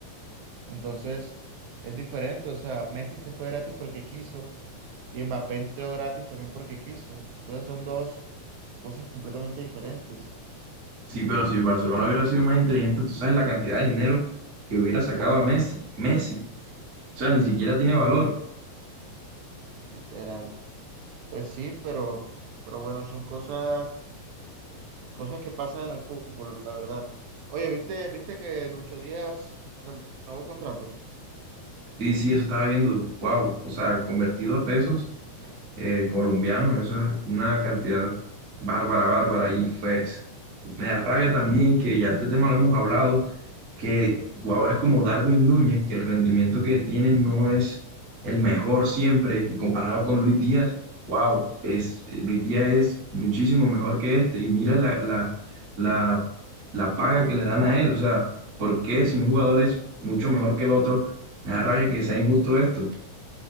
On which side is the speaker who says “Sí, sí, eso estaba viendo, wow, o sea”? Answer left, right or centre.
Right